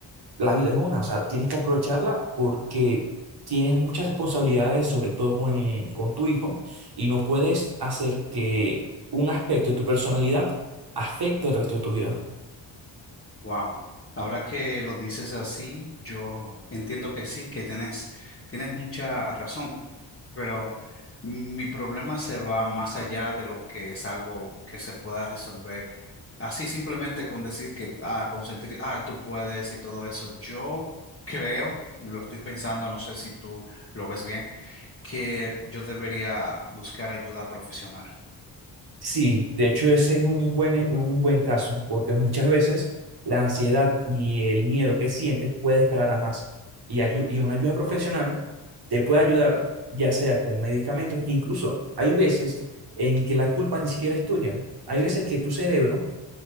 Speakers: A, on the right; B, on the left.
A: la vida es una, o sea, tienes que aprovecharla porque tienes muchas responsabilidades, sobre todo con, con tu hijo, y no puedes hacer que un aspecto de tu personalidad afecte el resto de tu vida.
B: Wow. Ahora que lo dices así, yo entiendo que sí, que tienes, tienes mucha razón. Pero Mi problema se va más allá de lo que es algo que se pueda resolver. Así simplemente con decir que, ah, consentir, ah, tú puedes y todo eso. Yo creo, lo estoy pensando, no sé si tú lo ves bien, que yo debería buscar ayuda profesional.
A: Sí, de hecho ese es un buen, e, un buen caso, porque muchas veces la ansiedad y el miedo que sientes puede escalar a más. Y, ayu- y una ayuda profesional te puede ayudar, ya sea con medicamentos, incluso hay veces en que la culpa ni siquiera es tuya. Hay veces que tu cerebro,